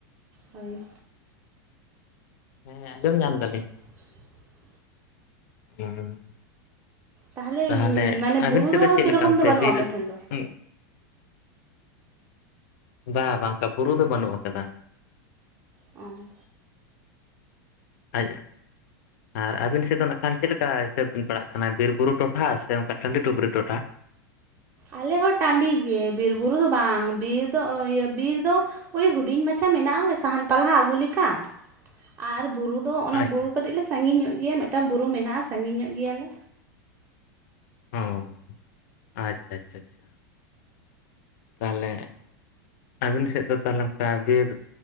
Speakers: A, on the right; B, on the left.
A: ᱦᱚᱭ᱾
B: ᱦᱮᱸ ᱟᱸᱡᱚᱢ ᱧᱟᱢ ᱫᱟᱞᱤᱧ᱾
A: <inaudible>
B: ᱦᱩᱸᱻ᱾
A: ᱛᱟᱦᱚᱞᱮ
B: ᱛᱟᱦᱟᱞᱮ
A: ᱢᱟᱱᱮ
B: ᱟᱵᱤᱱ
A: ᱵᱩᱨᱩ
B: ᱥᱮᱜ ᱫᱚ ᱪᱮᱜ
A: ᱥᱮᱨᱚᱠᱚᱢ
B: ᱞᱮᱠᱟ ᱚᱱᱛᱮ
A: ᱫᱚ ᱵᱟᱹᱱᱩᱜᱼᱟ
B: ᱵᱤᱨ
A: ᱟᱯᱮ ᱥᱮᱱ ᱫᱚ
B: ᱩᱸᱜᱼᱼ ᱵᱟ ᱵᱟ ᱚᱝᱠᱟ ᱵᱩᱨᱩ ᱫᱚ ᱵᱟᱱᱩᱜ ᱟᱠᱟᱫᱟ᱾
A: ᱚᱸ᱾
B: ᱟᱡᱼᱼ ᱟᱨ ᱟᱵᱤᱱ ᱥᱮᱜ ᱫᱚ ᱱᱟᱜ ᱠᱷᱟᱱ ᱪᱮᱫ ᱞᱮᱠᱟ ᱦᱤᱥᱟᱹᱵᱽ ᱵᱮᱱ ᱯᱟᱲᱟᱜ ᱠᱟᱱᱟ ᱵᱤᱨ ᱵᱩᱨᱩ ᱴᱚᱴᱷᱟ ᱥᱮ ᱚᱱᱠᱟ ᱴᱟᱺᱰᱤ ᱴᱩᱯᱨᱤ ᱴᱚᱴᱷᱟ?
A: ᱟᱞᱮ ᱦᱚᱸ ᱴᱟᱸᱰᱤ ᱜᱮ ᱵᱤᱨᱼᱵᱩᱨᱩ ᱫᱚ ᱵᱟᱝ ᱵᱤᱨ ᱫᱚ ᱚ ᱤᱭᱟᱹ ᱵᱤᱨ ᱫᱚᱼᱼ ᱳᱭ ᱦᱩᱰᱤᱧ ᱢᱟᱪᱷᱟ ᱢᱮᱱᱟᱜ-ᱟ ᱥᱟᱦᱟᱱ ᱯᱟᱞᱦᱟ ᱟᱜᱩ ᱞᱮᱠᱟ ᱟᱨ ᱵᱩᱨᱩᱼᱼ ᱫᱚ ᱚᱱᱟ
B: ᱟᱪᱪᱷᱟ
A: ᱵᱩᱨᱩ ᱠᱟᱹᱴᱤᱡ ᱞᱮ ᱴᱤ ᱛᱚ ᱥᱟᱸᱜᱤᱧ ᱧᱚᱜ ᱜᱮᱭᱟ ᱢᱤᱫᱴᱟᱝ ᱵᱩᱨᱩ ᱢᱮᱱᱟᱜ-ᱟ ᱥᱟᱺᱜᱤᱧᱚᱜ ᱜᱮᱭᱟ ᱞᱮ᱾
B: ᱚᱸ ᱟᱪᱪᱷᱟ ᱟᱪᱪᱷᱟ ᱪᱷᱦ ᱛᱟᱹᱞᱮ ᱟᱹᱵᱤᱱ ᱥᱮᱫ ᱫᱚ ᱛᱟᱞᱟᱝ ᱴᱟᱨᱜᱮᱨ